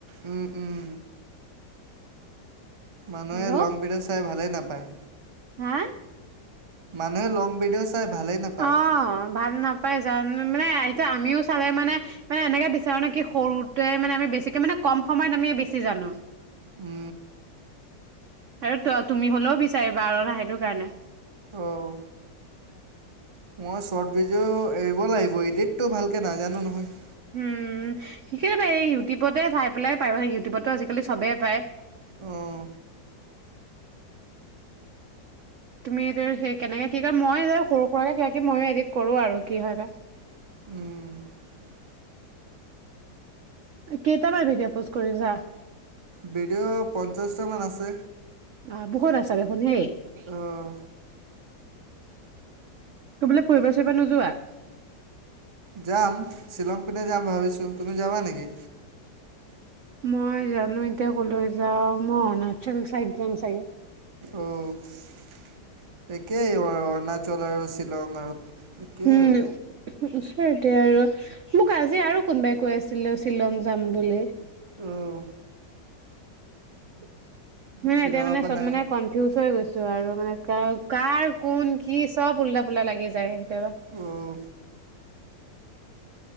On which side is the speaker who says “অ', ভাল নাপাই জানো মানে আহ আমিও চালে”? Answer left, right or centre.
Right